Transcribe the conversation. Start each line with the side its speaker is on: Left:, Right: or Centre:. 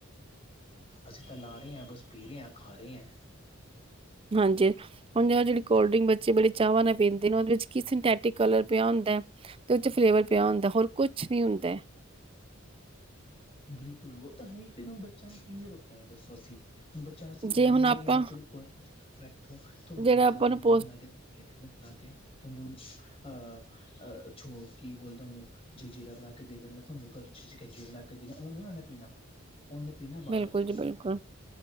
Left: ਅਸੀ ਤਾਂ ਲਾ ਰਹੇ ਹਾਂ ਬਸ ਪੀ ਰਹੇ ਹਾਂ ਖਾ ਰਹੇ ਐਂ।
Right: ਹਾਂਜੀ ਇਹਨੂੰ ਹੁਣ ਜਿਹੜੇ ਕੋਲਡ ਡ੍ਰਿੰਕ ਬੱਚੇ ਬੜ ਚਾਹਵਾਂ ਨਾਲ ਪੀਂਦੇ ਨੇ ਉਹਦੇ ਵਿੱਚ ਕੀ ਸਿੰਥੈਟਿਕ ਕਲਰ ਪਿਆ ਹੁੰਦਾ। ਤੇ ਉਹ 'ਚ ਫਲੇਵਰ ਪਿਆ ਹੁੰਦਾ ਹੋਰ ਕੁਛ ਨ ਹੁੰਦਾ।
Left: ਬਿਲਕੁਲ ਉਹ ਤਾਂ ਹੈ ਹੀ ਫਿਰ ਬੱਚਿਆਂ ਨੂੰ ਕਿਂਵੇਂ ਰੁਕ ਹੈ ਦਸੋ ਅਸੀ ਹੁਣ ਬੱਚਿਆਂ ਨੂੰ ਅਸੀਂ ਕਹਿ
Right: ਜੇ
Left: ਦਿੰਦੇ
Right: ਹੁਣ ਆਪਾਂ
Left: ਵੀ ਆ 'ਚ ਕੋਈ ਨ ਬੈਠੋ ਤੁਹਾਨੂੰ
Right: ਜਿਹੜਾ
Left: ਰੋਅਬਜਾ
Right: ਆਪਾਂ
Left: ਇਹਨਾਂ
Right: ਨੂੰ ਪੋਸ
Left: ਨੇ ਬਣਾ ਕੇ <unintelligible> ਅਹ ਛੋ ਕੀ ਬੋਲਦਾ ਤੁਹਨੂੰ ਜਲਜੀਰਾ ਬਣਾ ਕੇ ਦੇ ਦਿੰਦਾ ਤੁਹਾਨੂੰ ਘਰ 'ਚ ਕ ਬਣਾ ਕੇ ਦੇ ਉਹ ਨ <unintelligible> ਉਹਨਾਂ ਨੇ ਪੀਣਾ ਉਹਨੇ ਪੀਣਾ। ਬਾਹਰ
Right: ਬਿਲਕੁਲ
Left: ਦਾ ਹੀ
Right: ਜੀ ਬਿਲਕੁਲ